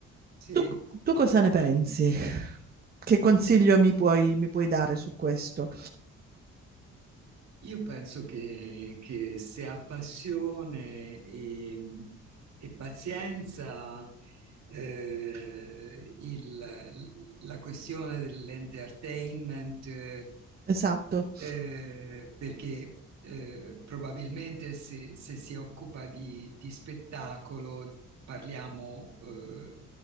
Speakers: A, on the right; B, on the right.
A: Sì,
B: Tu, tu cosa ne pensi? Che consiglio mi puoi, mi puoi dare su questo?
A: io penso che, che se ha passione e, e pazienza, eh, il- la questione dell'entertainment, eh,
B: Esatto.
A: eh, perché eh, probabilmente se, se si occupa di, di spettacolo, parliamo eh,